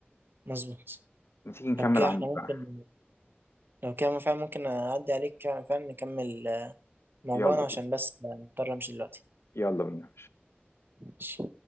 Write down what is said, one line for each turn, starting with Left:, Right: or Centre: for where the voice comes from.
Right: مظبوط
Left: ما تيجي نكمل
Right: لو كده
Left: عندي
Right: احنا ممكن
Left: بقى
Right: لو كده فعلا ممكن أعدي عليك فعلا نكمل موضوعنا
Left: يلا
Right: عشان
Left: بينا
Right: بس مضطر أمشي دلوقتي
Left: يلا بينا
Right: ماشي.